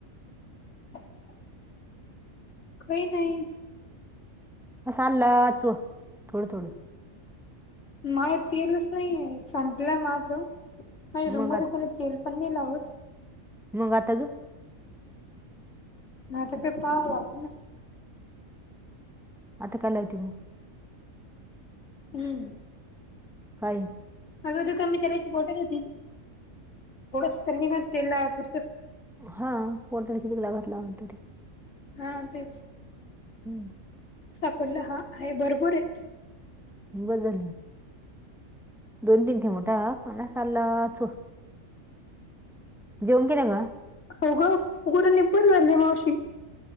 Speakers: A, on the left; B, in the centre.
A: <inaudible> काही नाही.
B: असंल्लाच थोडं-थोडं.
A: मला तेलच नाहीय. संपल माझ, माझ्या रूम
B: मग
A: मध्ये
B: आत-
A: पण तेल पण मी लावत
B: मंग आता ग
A: माझा तर पा व झाला.
B: मता काय लावती मग.
A: हम्म.
B: काय.
A: अजधू कमी करायची बॉटल होती. थोडस तर निधान तेला लावापुरतं.
B: हा पोर्टल किती लागत लावल तरी.
A: हा तेच.
B: <inaudible>
A: सापडला, हा आहे भरपूर आहे.
B: बदल <unintelligible> जेऊन गेला का.
A: हो ग खूप निबर झाली मावशी.